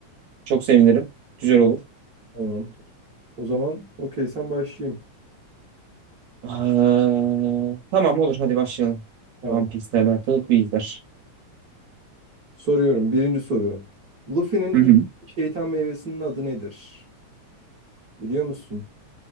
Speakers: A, on the right; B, on the right.
A: Çok sevinirim. Güzel olur.
B: Tamam. O zaman okey sen başlayayım.
A: Aa, tamam olur hadi başlayalım.
B: Tamam.
A: One Piece'le alakalı quizler.
B: Soruyorum. Birinci soru. Luffy'nin
A: Hı
B: ilk
A: hı.
B: şeytan meyvesinin adı nedir? Biliyor musun?